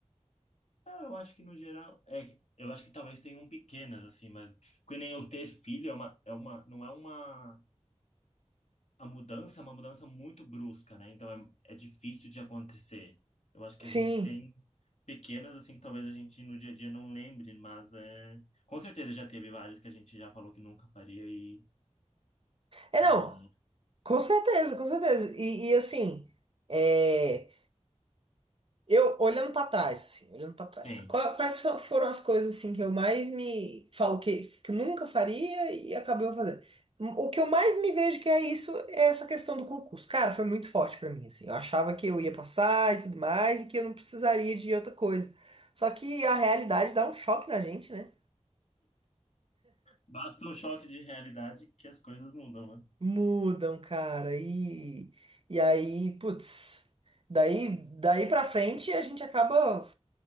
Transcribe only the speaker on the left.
Não, eu acho que no geral. É, eu acho que talvez tenham pequenas, assim, mas que nem eu ter filho é uma, é uma, não é uma. A mudança é uma mudança muito brusca, né? Então é, é difícil de acontecer. Eu acho que
a gente tem pequenas, assim, que talvez a gente no dia a dia não lembre, mas é. Com certeza já teve várias que a gente já falou que nunca faria e.
e...
Sim.
Basta um choque de realidade que as coisas mudam, né?